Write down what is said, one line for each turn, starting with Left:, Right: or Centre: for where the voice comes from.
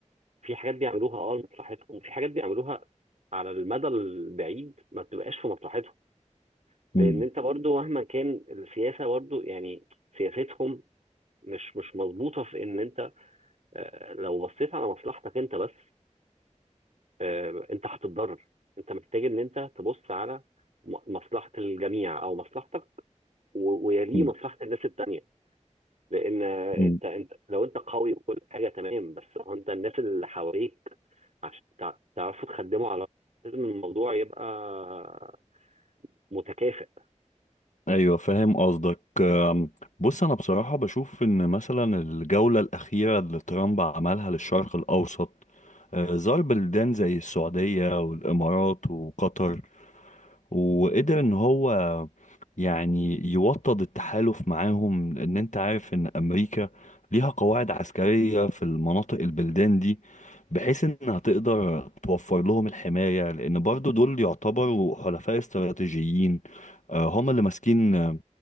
Right: في حاجات بيعملوها اه لمصلحتهم وفي حاجات بيعملوها على المدى البعيد ما بتبقاش في مصلحتهم
Left: مم.
Right: لان انت برضو مهما كان السياسه برضو يعني سياستهم مش مش مظبوطه في ان انت آه، لو بصيت على مصلحتك انت بس آه، انت هتتضرر انت محتاج ان انت تبص على م- مصلحه الجميع او مصلحتك و- ويليه
Left: مم.
Right: مصلحه الناس التانيه لان انت
Left: مم.
Right: انت لو انت قوي وكل حاجه تمام بس هو انت الناس اللي حواليك عشان تع- تعرفوا تخدموا على بعض، لازم الموضوع يبقى متكافئ
Left: ايوه فاهم قصدك أم، بص انا بصراحه بشوف ان مثلا الجوله الاخيره اللي ترامب عملها للشرق الاوسط آه، زار بلدان زي السعوديه والامارات وقطر وقدر ان هو يعني يوطد التحالف معاهم لان انت عارف ان امريكا ليها قواعد عسكرية في المناطق البلدان دي بحيث انها تقدر توفر لهم الحماية لان برضو دول يعتبروا حلفاء استراتيجيين آه، هم اللي ماسكين آه،